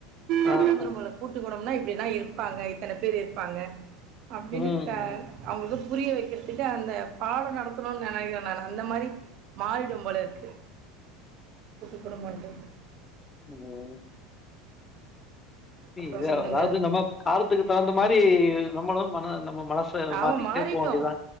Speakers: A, on the right; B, on the left.
A: அதுல
B: ஆ,
A: வந்துரு
B: ஆ.
A: போல கூட்டுக் குடும்பம்னா இப்டி தா இருப்பாங்க இத்தன பேர் இருப்பாங்க அப்டின்னு
B: ம், ம்.
A: அவங்களுக்கு புரிய வக்கிறதுக்கு அந்த பாடோ நடத்தணுன்னு நெனைக்கிறே நானு அந்த மாரி மாறிடும் போல இருக்கு கூட்டுக் குடும்பன்றது
B: உ தி
A: அப்புறம்
B: எதா
A: சொல்லுங்கள்
B: அதாவது நம்ம காலத்துக்கு தகுந்த மாரி நம்மளு மன நம்ம மனசு ச
A: நாம
B: மாத்திக்கிட்டே
A: மாறிட்டோம்
B: போ வேண்டியது தா